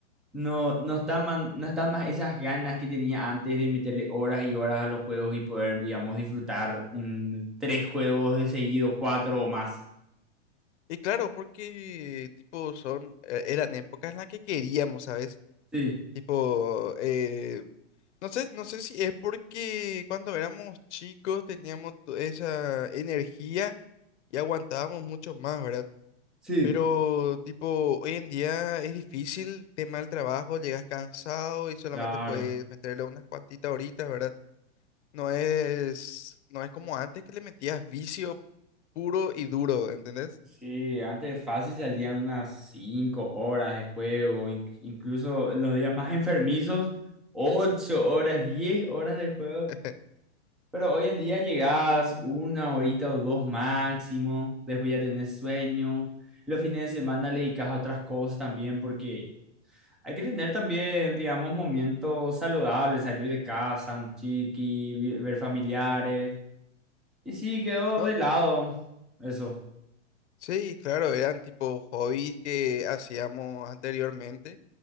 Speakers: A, in the centre; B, on the left.
A: no, no están, man- no están más esas ganas que tenía antes de meterle horas y horas a los juegos y poder, digamos, disfrutar un, tres juegos de seguido, cuatro o más.
B: y claro, porque, tipo, son, eh, eran épocas en las que queríamos, ¿sabes?
A: Sí,
B: Tipo, eh, No sé, no sé si es porque cuando éramos chicos teníamos to- esa energía y aguantábamos mucho más, ¿verdad?
A: sí.
B: Pero tipo, hoy en día es difícil, tema del trabajo, llegas cansado y solamente
A: Claro.
B: puedes meterle unas cuantitas horitas, ¿verdad? No es, no es como antes que le metías vicio puro y duro, ¿entendés?
A: Sí, antes fácil salían unas cinco horas de juego, inc- incluso en los días más enfermizos, ocho horas, diez horas de juego.
B: <laughs>
A: Pero hoy en día llegás una horita o dos máximo, después ya tenés sueño. Los fines de semana le dedicas a otras cosas también porque hay que tener también, digamos, momentos saludables, salir de casa, un chiqui, vi- ver familiares. Y sí, quedó
B: No,
A: de lado eso.
B: sí, claro, eran tipo hobbies que hacíamos anteriormente